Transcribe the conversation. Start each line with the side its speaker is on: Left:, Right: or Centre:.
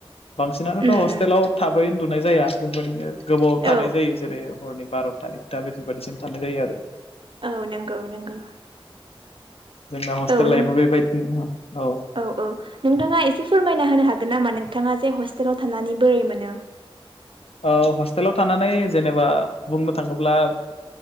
Left: बांसिनानोथ'
Right: उम
Left: हस्टेलाव
Right: उम
Left: थाबै उन्दुनाय जाया बेबायदिनो गोबाव
Right: औ
Left: थानाय जायो जेरै हरनि बार'था एक दा बेफोरबायदिसिम थानाय जायो आरो
Right: औ नंगौ नंगौ
Left: जोंना हस्टेल
Right: औ नों
Left: लाइफाव बेबायदिनो औ
Right: औ औ नोंथाङा एसे फोरमायना होनो हागोन नामा नोंथाङा जे हस्टेलाव थानानै बोरै मोनो?
Left: औ हस्टेलाव थानानै जेनेबा बुंनो थाङोब्ला